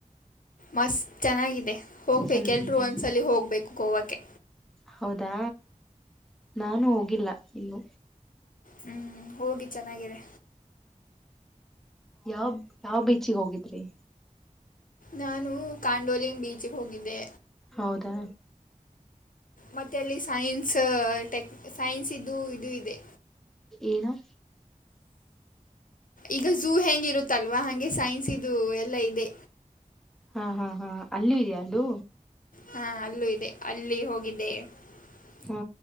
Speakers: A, on the left (about 80°); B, in the centre.
A: ಮಸ್ತ್ ಚೆನ್ನಾಗಿದೆ ಹೋಗ್ಬೇಕು
B: ಚೆನ್ನಾಗಿದೆ
A: ಎಲ್ರೂ ಒಂದ್ಸಲಿ ಹೋಗ್ಬೇಕು ಗೋವಾಕ್ಕೆ.
B: ಹೌದಾ ನಾನು ಹೋಗಿಲ್ಲ ಇನ್ನು
A: ಹ್ಮ್ ಹೋಗಿ ಚೆನ್ನಾಗಿದೆ.
B: ಯಾವ್ ಯಾವ್ ಬೀಚಿಗೆ ಹೋಗಿದ್ರಿ?
A: ನಾನು ಕಾಂಡೋಲಿಂಗ್ ಬೀಚ್ಗೆ ಹೋಗಿದ್ದೆ.
B: ಹೌದಾ
A: ಮತ್ತೆ ಅಲ್ಲಿ ಸೈನ್ ಸ ಟೆಕ್ ಸೈನ್ಸ್ ಇದು ಇದು ಇದೆ.
B: ಏನು?
A: ಈಗ ಝೂ ಹೆಂಗಿರು ತಲ್ವಾ ಹಂಗೆ ಸೈನ್ಸ್ ಇದು ಎಲ್ಲಾ ಇದೆ.
B: ಆ ಹಾ ಹಾ ಹಾ ಅಲ್ಲು ಇದೆಯಾ ಅದು
A: ಹಾ ಅಲ್ಲೂ ಇದೆ. ಅಲ್ಲಿ ಹೋಗಿದೆ <unintelligible>
B: ಹಾ